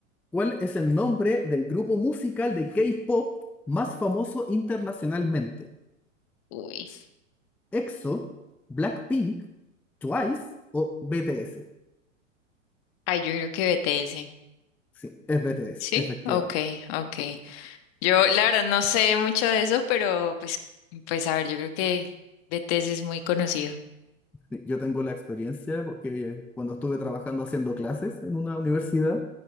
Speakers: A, in the centre; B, on the left.
A: cuál es el nombre del grupo musical de K-pop más famoso internacionalmente?
B: Uy.
A: ¿EXO, Blackpink, Twice o BTS?
B: Ay, yo creo que BTS.
A: Sí, es BTS,
B: Sí,
A: efectivamente.
B: okay, okay. Yo la verdad no sé mucho de eso, pero pues, pues a ver, yo creo que BTS es muy conocido.
A: Sí, Yo tengo la experiencia porque cuando estuve trabajando haciendo clases en una universidad,